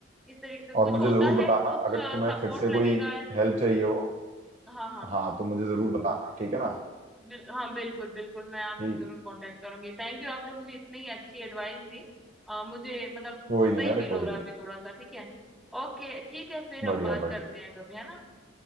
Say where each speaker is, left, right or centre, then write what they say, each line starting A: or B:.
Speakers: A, in the centre; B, on the right (about 35°).
A: इस तरीके से कुछ
B: और मुझे
A: होता
B: जरूर बताना
A: है कुछ
B: अगर
A: सपोर्ट
B: तुम्हें फिर से
A: लगेगा
B: कोई
A: या
B: हेल्प चाहिए हो
A: हाँ हाँ
B: हाँ तो मुझे जरूर बताना ठीक है ना
A: बिल, हाँ बिल्कुल बिल्कुल मैं आपसे
B: ठीक
A: जरूर कांटेक्ट करूंगी थैंक यू आपने मुझे इतनी अच्छी एडवाइस दी अ, मुझे मतलब
B: कोई नहीं
A: सही फील
B: अरे
A: हो
B: कोई
A: रहा
B: नहीं
A: है अभी थोड़ा सा ठीक है ओके ठीक है फिर हम
B: बढ़िया
A: बात
B: बढ़िया
A: करते हैं कभी है ना